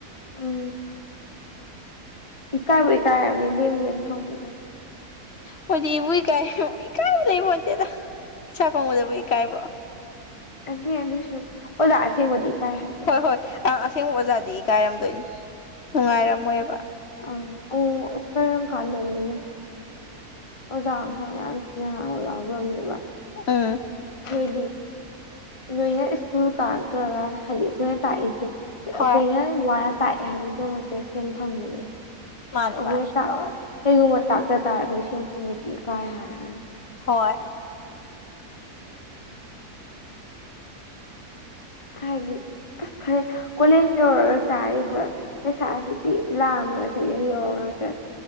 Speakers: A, on the left; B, on the left.
A: ꯎꯝ ꯏꯀꯥꯏꯕꯨ ꯏꯀꯥꯏꯔꯝꯅꯤ ꯂꯦꯝ ꯂꯦꯝ ꯐꯪꯕꯗ
B: ꯃꯣꯏꯗꯤ ꯏꯕꯨ ꯏꯀꯥꯏ ꯏꯀꯥꯏꯕ ꯂꯩꯕꯣꯇꯦꯗ ꯏꯁꯥ ꯐꯪꯕꯗꯕꯨ ꯏꯀꯥꯏꯕ꯭ꯔꯣ
A: ꯑꯗꯤ ꯑꯣꯗꯣꯏꯁꯨ ꯑꯣꯖꯥ ꯑꯁꯦꯡꯕꯗꯤ ꯏꯀꯥꯏ ꯍꯥꯏꯕꯅꯤ
B: ꯍꯣꯏ ꯍꯣꯏ ꯑ ꯑꯁꯦꯡꯕ ꯑꯣꯖꯥꯗꯤ ꯏꯀꯥꯏꯔꯝꯗꯣꯏꯅꯤ ꯅꯨꯡꯉꯥꯏꯔꯝꯃꯣꯏꯕ
A: ꯑ ꯑꯣ ꯑꯗꯣ ꯀꯔꯝ ꯀꯥꯟꯗꯅꯣꯅꯦ ꯑꯣꯖꯥ ꯈꯔ ꯌꯥꯝ ꯊꯤꯅ ꯂꯥꯎꯕꯅꯦꯕ
B: ꯎꯝ
A: ꯊꯣꯏꯗꯤ ꯅꯣꯏꯅ ꯁ꯭ꯀꯨꯜ ꯀꯥꯔꯛꯇ꯭ꯔꯒ ꯍꯥꯏꯗꯤ ꯑꯩꯈꯣꯏꯅ ꯇꯥꯛꯏꯁꯦ ꯑꯩꯈꯣꯏꯅ
B: ꯍꯣꯏ
A: ꯋꯥ ꯑꯦ ꯍꯥꯏꯕꯒꯤꯗꯃꯛꯇ ꯁꯦꯟ ꯐꯪꯕꯅꯦ
B: ꯃꯥꯅꯦ
A: ꯑꯩꯈꯣꯏꯅ
B: ꯃꯥꯅꯦ
A: ꯇꯥꯛꯑꯣ ꯀꯩꯒꯨꯝꯕ ꯇꯥꯛꯇ ꯇꯥꯔ ꯑꯩꯈꯣꯏ ꯁꯦꯟ ꯐꯪꯕꯖꯤ ꯀꯥꯏ ꯍꯥꯏꯔ
B: ꯍꯣꯏ
A: ꯍꯥꯏꯗꯤ ꯑꯁ ꯈꯔꯦ ꯀꯣꯂꯦꯁ ꯌꯧꯔꯒ ꯆꯥꯔꯤꯕ ꯄꯩꯁꯥꯁꯤꯗꯤ ꯂꯥꯛꯑꯃꯥ ꯃꯊꯛ ꯌꯧꯔꯕ ꯉꯥꯛꯇ